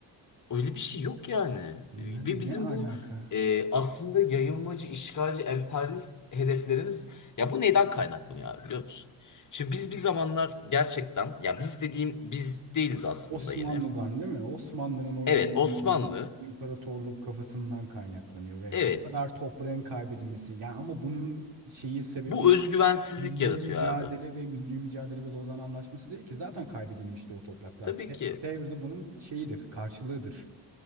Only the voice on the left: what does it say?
Öyle bir şey yok yani.
Ve
bizim
bu e, aslında yayılmacı, işgalci, emperyalist hedeflerimiz ya bu neden kaynaklanıyor abi biliyor musun? Şimdi biz bir zamanlar gerçekten ya biz dediğim biz değiliz aslında
yine.
Evet
Osmanlı
evet
bu özgüvensizlik
yaratıyor
abi.
Tabii
ki.